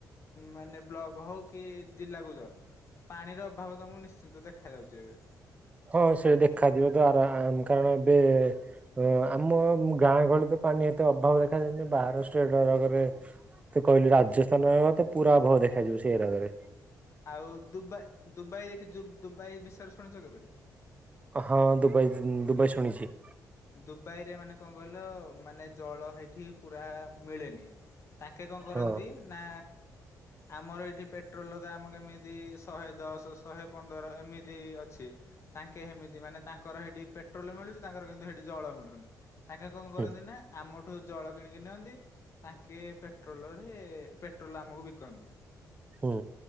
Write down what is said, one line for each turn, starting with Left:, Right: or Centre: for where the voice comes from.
Left: ମାନେ ବ୍ଲକ ହଉ କି ଜିଲ୍ଲାକୁ ଯଅ ପାଣିର ଅଭାବ ତ ମୁଁ ନିଶ୍ଚିନ୍ତ ଦେଖା ଯାଉଛି ଏବେ।
Right: ହଁ ସେଟା ଦେଖାାଯିବ ତ ଆରାମ କାରଣ ଏବେ, ଓ ଆମ ଗାଁ ଗହଳି ତ ପାଣି ଏତେ ଅଭାବ ଦେଖାଯାଏନି ବାହାର ଷ୍ଟେଟ ହେରେକାରେ ତୁ କହିଲୁ ରାଜସ୍ଥାନ ର ତ ପୁରା ଆଭାବ ଦେଖାଯିବ ସେଇ ଏରଗରେ
Left: ଆଉ ଦୁବାଇ ଦୁବାଇ ଦେଖି ଦୁବାଇ ବିଷୟରେ ଶୁଣିଛ କେବେ
Right: ହଁ ଦୁବାଇ ଦୁବାଇ ଶୁଣିଛି।
Left: ଦୁବାଇରେ ମାନେ କଣ କହିଲ ମାନେ ଜଳ ହେଇଠି ପୁରା ମିଳେନି। ତାଙ୍କେ କଣ କରନ୍ତି
Right: ହଁ
Left: ନା ଆମର ଏଇଠି ପେଟ୍ରୋଲ ତ ଆମ କେମିତି ଶହେ ଦଶ ଶହେ ପନ୍ଦର ଏମିତି ଅଛି। ତାଙ୍କେ ହେମିତି ମାନେ ତାଙ୍କର ହେଠି ପେଟ୍ରୋଲ ମିଳୁଛି ତାଙ୍କର କି ହେଠି ଜଳ ମିଳୁନି ତାଙ୍କେ କଣ କରନ୍ତି
Right: ହୁଁ
Left: ନା ଆମ ଠୁ ଜଳ କିଣିକି ନିଅନ୍ତି ତାଙ୍କେ ପେଟ୍ରୋଲ ରେ ପେଟ୍ରୋଲ ଆମକୁ ବିକନ୍ତି।
Right: ହୁଁ